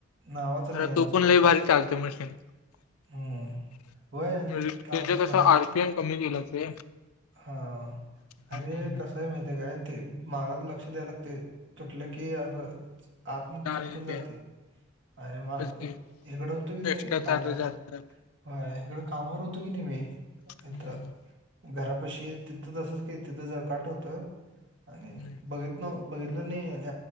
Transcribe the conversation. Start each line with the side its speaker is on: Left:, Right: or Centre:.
Right: नावाचं
Left: खर
Right: नाही आहे
Left: तो
Right: नुसता
Left: पण लय भारी चालते मशीन. <inaudible>
Right: हम्म होय न-
Left: म्हणजे त्याजा
Right: काल
Left: कस
Right: बाहेर
Left: आरपीएम कमी केलं ते.
Right: हा
Left: हं.
Right: अरे कस आहे माहती काय ते माग लक्ष द्याय लागते. तुटलं की अस आतन
Left: तार
Right: चिटकून
Left: येते
Right: जाते. अरे माझ
Left: तेच की
Right: इकडं होतं की
Left: एक्स्ट्रा
Right: नाही कामावर
Left: तार जाते
Right: हा इकडं कामावर होतो की नाही मी
Left: हं,
Right: तिथ. घरापशी तिथं तसच केलतीत तिथं जकाट होतं आणि
Left: हं.
Right: बघ मग बघितलं नाही